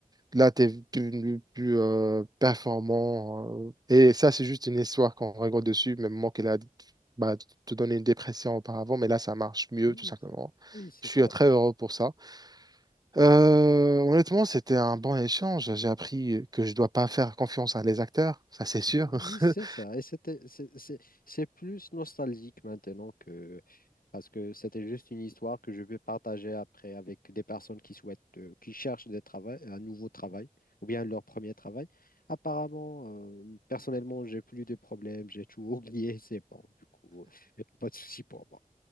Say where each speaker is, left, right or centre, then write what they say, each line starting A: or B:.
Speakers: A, on the right (about 25°); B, on the left (about 75°).
A: Là, tu es plus, plus, euh, performant. euh, et ça, c'est juste une histoire qu'on rigole dessus, même moi qu'elle a bah, te donné une dépression auparavant, mais là, ça marche mieux,
B: Oui,
A: tout simplement.
B: oui, c'est
A: Je
B: ça.
A: suis euh, très heureux pour ça. Euh, honnêtement, c'était un bon échange. J'ai appris que je dois pas faire confiance à les acteurs, ça c'est sûr.
B: Oui,
A: <laughs>
B: oui, c'est ça. Et c'était, c'est c'est- c'est plus nostalgique maintenant que... Parce que c'était juste une histoire que je veux partager après avec des personnes qui souhaitent, euh, qui cherchent des travail, un nouveau travail ou bien leur premier travail. Apparemment, euh, personnellement, j'ai plus de problèmes, j'ai tout <laughs> oublié, c'est bon. Du coup, <laughs> pas de souci pour moi.